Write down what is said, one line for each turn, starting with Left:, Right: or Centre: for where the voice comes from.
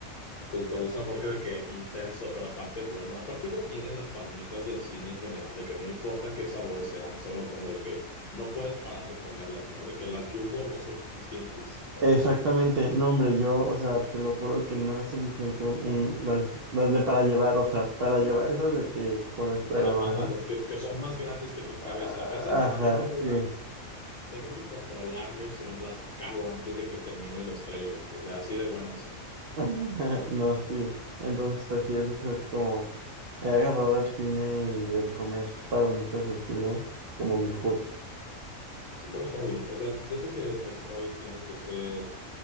Left: Justo un sabor que de que intenso, pero aparte bueno. Aparte algo tienen las palomitas del cine en general, de que no importa qué sabor sean, solo como de que no puedes parar de comerlas, ¿no? De que las jumbo no son suficientes.
Right: Exactamente, no, hombre, yo, o sea, te lo juro que no es suficiente un- un- las, las de para llevar, o sea, para llevar esas de que con esta agarradera.
Left: Ajá, las que, que son más grandes que tu cabeza.
Right: ah,
Left: Esas
Right: ajá,
Left: a mí me duran,
Right: sí.
Left: tengo que controlarme si no me las acabo antes de que terminen los trailers. O sea, así de buenas son.
Right: <laughs> No, sí. Entonces, pues sí, eso es como he agarrado el cine y el comer palomitas del cine como mi hobby.
Left: Es un buen hobby. O sea, siento que los hobbies tienen que ser